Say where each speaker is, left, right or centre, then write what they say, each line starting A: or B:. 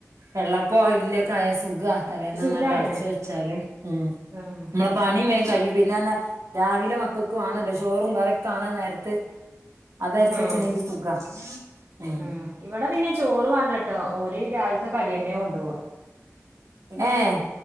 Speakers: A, on the right; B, on the right.
A: വെള്ളപ്പൊ ഇട്ലൊകായ സുഖാ തലേന്നന്നാണ്ടരച്ച്
B: സുഖാണ്
A: വെച്ചാല് ഉം
B: ആഹ്
A: പണിയും വേഗം കഴിയും പിന്നെന്നാ രാവിലെ മക്കൾക്ക് വേണല്ലോ ചോറും കറിക്കാണ നേരത്ത് അതരച്ചെച്ചാലെനിക്ക്
B: ആഹ്
A: സുഖാ ഉം
B: ആഹ് ഇവിടെ പിന്നെ ചോറ് വാണ്ടട്ടോ ഒരു രാവിലത്തെ കടിയന്നെ കൊണ്ടു പോവാ
A: ഏഹ്